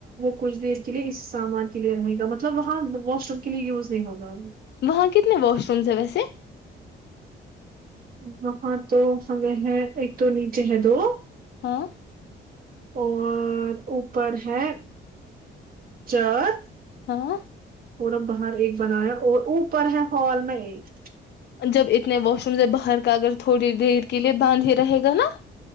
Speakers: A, on the right; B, on the left.
A: کچھ دیر کے لیے اس سامان کے لیے رہے گا مطلب وہاں واش روم کے لیے یوز نہیں ہوگا
B: وہاں کتنے واش رومس ہیں ویسے
A: الاں تو فگح ہے ایک تو نیچے ہے دو
B: ہاں
A: اور اوپر ہے چر
B: ہاں
A: پورا باہر ایک بنایا اور اوپر ہے ہال میں ایک
B: جب اتنے واش روم سے باہر کا اگر تھوڑی دیر کے لیئے بند ہی رہے گا نا